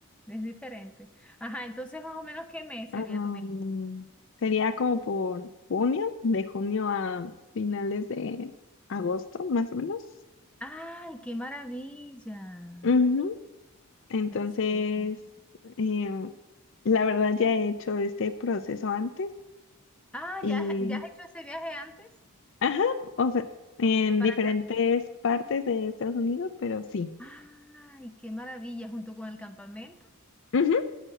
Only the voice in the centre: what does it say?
es diferente. Ajá, entonces más o menos ¿qué mes
sería tu viaje?
¡Ay, qué maravilla!
Excelente.
Ah,
¿ya, ya has hecho ese viaje antes?
Para
allá.
¡Ay, qué maravilla! Junto con el campamento.